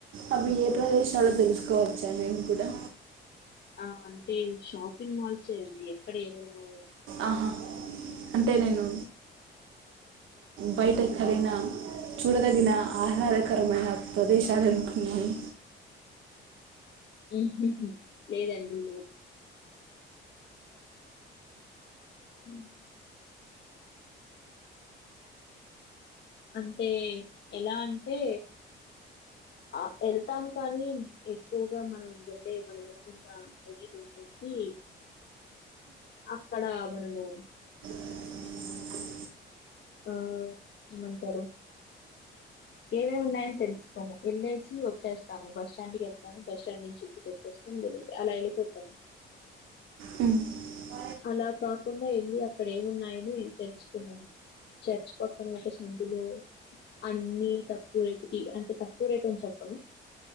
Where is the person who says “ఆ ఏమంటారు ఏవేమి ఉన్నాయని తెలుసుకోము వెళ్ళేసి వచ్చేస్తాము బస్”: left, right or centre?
Left